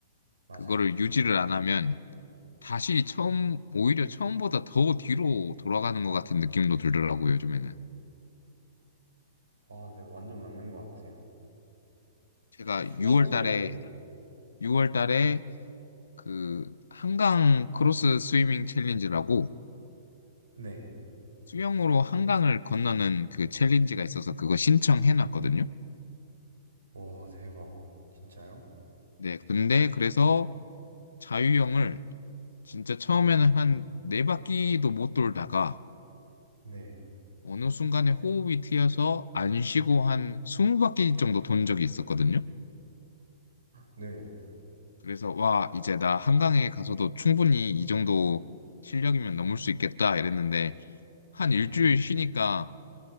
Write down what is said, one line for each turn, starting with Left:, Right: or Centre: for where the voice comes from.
Right: 맞아요.
Left: 그거를 유지를 안 하면 다시 처음, 오히려 처음보다 더 뒤로 돌아가는 것 같은 느낌도 들더라고요, 요즘에는.
Right: 아, 네, 완전 맞는 것 같아요.
Left: 제가
Right: 혹시 수영할
Left: 6월 달에,
Right: 때는
Left: 6월 달에 그 한강 크로스 스위밍 챌린지라고
Right: 네.
Left: 수영으로 한강을 건너는 그 챌린지가 있어서 그거 신청해놨거든요.
Right: 와, 대박. 진짜요?
Left: 네, 근데 그래서 자유형을 진짜 처음에는
Right: 네.
Left: 한 네 바퀴도 못 돌다가
Right: 네.
Left: 어느 순간에 호흡이 트여서 안 쉬고 한 20바퀴 정도 돈 적이 있었거든요.
Right: 네.
Left: 그래서 와, 이제 나 한강에 가서도 충분히 이 정도 실력이면 넘을 수 있겠다 이랬는데 한
Right: 네.
Left: 일주일 쉬니까